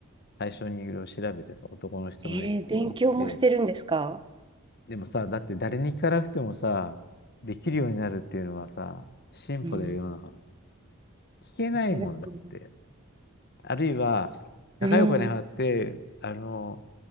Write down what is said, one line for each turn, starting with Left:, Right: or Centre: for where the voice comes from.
Left: 最初にいろいろ調べてさ、男の人のメイクって見て、
Right: えー勉強もしてるんですか
Left: でもさ、だって誰に聞かなくてもさ、できるようになるっていうのはさ、進歩だよ、
Right: うん。
Left: 世の中の。聞けないもんだって。
Right: すごい。
Left: あるいは、高いお金払って、
Right: うん。
Left: あの、